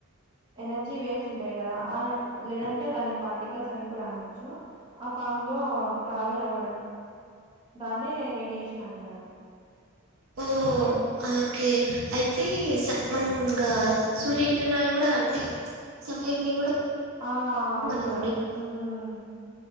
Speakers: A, on the right (about 25°); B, on the right (about 75°).
A: ఎనర్జీ వేవ్స్ ఉంటాయి కదా అ లేదంటే దాని పార్టికల్స్ అని కూడా అనొచ్చు ఆ ఫామ్ లో ట్రావెల్ అవ్వడం దాన్నే రేడియేషన్ అంటారు
B: ఓ ఓకే అయితే సమంగ సూర్యకిరణాలు కూడా అంటే సన్లైట్ ని కూడా
A: ఆ అవి
B: మనం
A: కూడా ఉమ్